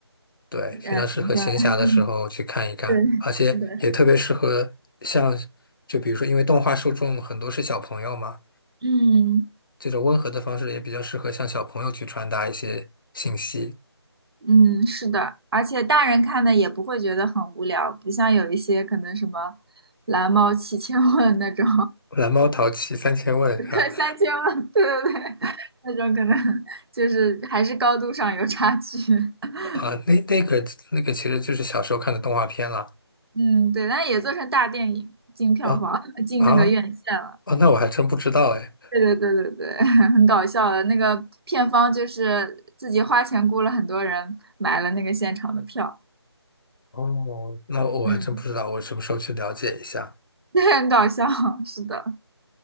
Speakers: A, on the left (about 50°); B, on the right (about 60°).
A: 对，非常适合闲暇的时候去看一看，
B: 呃，怎么说呢？<laughs> 对，
A: 而且也特别适合像，
B: 是的，
A: 就比如说，因为动画受众很多是小朋友嘛，
B: 嗯。
A: 这种温和的方式也比较适合向小朋友去传达一些信息。
B: 嗯，是的，而且大人看的也不会觉得很无聊，不像有一些可能什么蓝猫七千问那种，
A: 蓝猫淘气三千问是吧？
B: <laughs> 对三千问，对对对，那种可能就是还是高度上有差距。<laughs>
A: 啊，那那个那个其实就是小时候看的动画片了。
B: 嗯，对，但也做成大电影，进票房，
A: 啊
B: 进那个院线了。
A: 啊哦，那我还真不知道哎。
B: 对对对对对，<laughs> 很搞笑的。那个片方就是自己花钱雇了很多人买了那个现场的票，
A: 哦，那我还真不知道，
B: 嗯，
A: 我什么时候去了解一下？
B: <laughs> 很搞笑。是的，